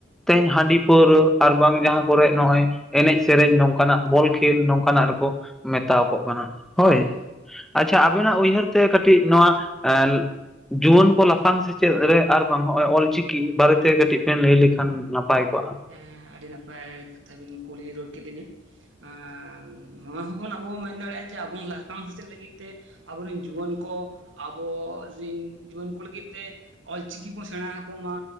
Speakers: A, in the centre; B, on the right.
A: ᱛᱮᱦᱮᱧ ᱦᱟᱺᱰᱤ ᱯᱟᱹᱣᱨᱟᱹ ᱟᱨ ᱵᱟᱝ ᱡᱟᱦᱟᱸ ᱠᱚᱨᱮ ᱱᱚᱜᱼᱚᱭ ᱮᱱᱮᱡ ᱥᱮᱨᱮᱧ ᱱᱚᱝᱠᱟᱱᱟᱜ ᱵᱚᱞ ᱠᱷᱮᱞ ᱱᱚᱝᱠᱟᱱᱟᱜ ᱨᱮᱠᱚ ᱢᱮᱛᱟᱣ ᱠᱚᱜ ᱠᱟᱱᱟ ᱦᱳᱭ
B: ᱦᱮᱸ ᱦᱮᱸ
A: ᱟᱪᱪᱷᱟ ᱟᱵᱤᱱᱟᱜ ᱩᱭᱦᱟᱹᱨ ᱛᱮ ᱠᱟᱹᱴᱤᱡ ᱱᱚᱣᱟ ᱮ ᱡᱩᱣᱟᱹᱱ ᱠᱚ ᱞᱟᱯᱷᱟᱝ ᱥᱮᱪᱮᱜ ᱨᱮ ᱟᱨ ᱵᱟᱝ ᱱᱚᱜᱼᱚᱭ ᱚᱞᱪᱤᱠᱤ ᱵᱟᱨᱮᱛᱮ ᱠᱟᱹᱴᱤᱜ ᱦᱮᱸ ᱞᱟᱹᱭ ᱞᱮᱠᱷᱟᱱ ᱱᱟᱯᱟᱭ ᱠᱚᱜᱼᱟ ᱾
B: ᱦᱮᱸ ᱟᱹᱰᱤ ᱱᱟᱯᱟᱭ ᱠᱟᱛᱷᱟ ᱵᱤᱱ ᱠᱩᱞᱤ ᱨᱩᱣᱟᱹᱲ ᱠᱮᱫᱤᱧᱟᱹ ᱟᱼ ᱱᱚᱣᱟ ᱦᱚᱸᱵᱚᱱ ᱟᱵᱚ ᱵᱚᱱ ᱢᱮᱱ ᱫᱟᱲᱮᱭᱟᱜᱼᱟ ᱡᱮ ᱟᱵᱚ ᱞᱟᱯᱷᱟᱝ ᱥᱮᱪᱮᱫ ᱞᱟᱹᱜᱤᱫ ᱛᱮ ᱟᱵᱚᱨᱮᱱ ᱡᱩᱣᱟᱹᱱ ᱠᱚ ᱟᱵᱚ ᱨᱮᱱ ᱡᱩᱣᱟᱹᱱ ᱠᱚ ᱞᱟᱹᱜᱤᱫ ᱛᱮ ᱚᱞᱪᱤᱠᱤ ᱵᱚᱱ ᱥᱮᱬᱟ ᱟᱠᱚᱢᱟ